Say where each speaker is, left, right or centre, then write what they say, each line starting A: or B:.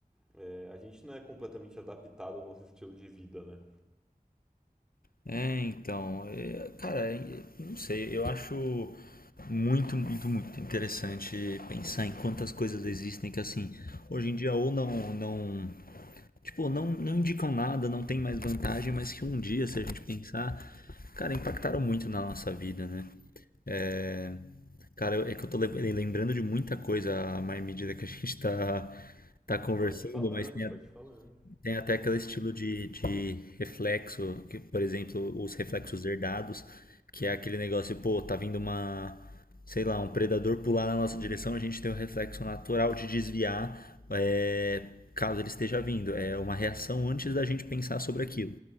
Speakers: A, in the centre; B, on the left.
A: é, a gente não é completamente adaptado ao nosso estilo de vida, né?
B: É, então, é, cara, é, não sei, eu acho muito, muito, muito interessante pensar em quantas coisas existem que assim, hoje em dia ou não, não, tipo, não, não indicam nada, não tem mais vantagem, mas que um dia, se a gente pensar, cara, impactaram muito na nossa vida, né? É, cara, eu- é que eu tô le- lembrando de muita coisa à mais medida que a gente tá, tá conversando,
A: Pode ir falando,
B: mas tem
A: pode ir falando.
B: Tem até aquele estilo de, de reflexo, que, por exemplo, os reflexos herdados, que é aquele negócio, pô, tá vindo uma, sei lá, um predador pular na nossa direção, a gente tem o reflexo natural de desviar, é, caso ele esteja vindo. É uma reação antes da gente pensar sobre aquilo.